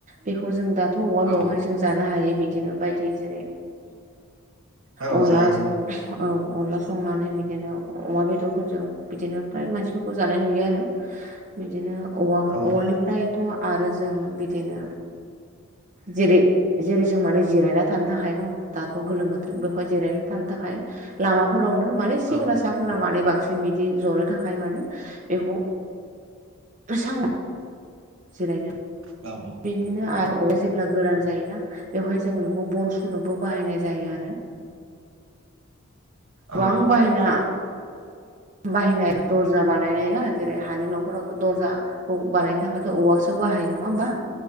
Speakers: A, on the right (about 35°); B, on the right (about 75°).
A: बेखौ जों दाथ' औवा
B: औ
A: मेवहायजों जानो हायो बिदिनो बायदि जेरै
B: औ
A: अनला
B: जायो
A: औ अनला संनानै बिदिनो अमा बेदरफोरजों बिदिनो फ्राय मानसिफोरखौ जानाय नुयो आरो। बिदिनो औ-औवानिफ्रायथ'
B: औ
A: आरो जों बिदिनो जेरै जेरै जों माने जिरायना थानो थाखाय न' दाथ' गोलोम बोथोर बेखौहाय जिरायना थानो थाखाय लामाफोरावनो माने सेंग्रा
B: औ
A: फिसाफोरा माने बांसिन बिदि जनो थाखाय माने बेखौ सां जिरायनो
B: औ औ
A: बिदिनो आरो औवाया जेब्ला गोरान जायोना बेवहाय जों बेखौ बन सुनोबो बाहायनाय जायो आरो।
B: औ
A: गोबां बाहायना बाहायनाय दरजा बानायनाय ना जेरै हानि न'फोरावथ' दर्जाखौ बानायनो थाखायथ' औवासो खौ बाहायो नङा होमबा